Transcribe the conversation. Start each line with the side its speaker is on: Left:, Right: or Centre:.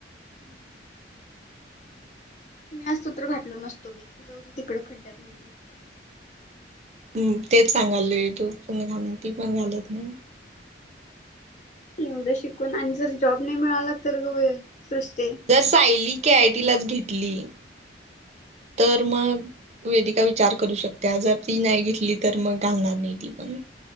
Left: हम्म. मी असतो तर घातलो नसतो बाई, जावू दे तिकडं खड्ड्यात म्हणल असतो.
Right: हम तेच सांगालोय तू पण <unintelligible> नको, ती पण घालत नाही.
Left: एवढं शिकून आणि, जर जॉब नाही मिळाला तर गं बाई सृष्टे.
Right: जर सायली के आय टी लाच घेतली. तर मग, वेदिका विचार करू शकत्या, जर ती नाही घेतली तर मग घालणार नाही ती पण.